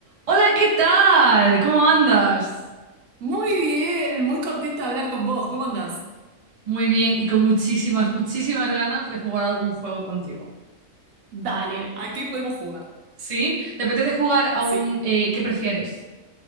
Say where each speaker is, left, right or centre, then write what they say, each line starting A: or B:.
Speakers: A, on the right; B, on the right.
A: Hola, ¿qué tal? ¿Cómo andas?
B: Muy bien, muy contenta de hablar con vos. ¿Cómo andás?
A: Muy bien y con muchísimas, muchísimas ganas de jugar a algún juego contigo.
B: Dale, aquí podemos jugar.
A: ¿Sí? ¿Te apetece jugar a
B: Sí,
A: un eh, ¿qué prefieres?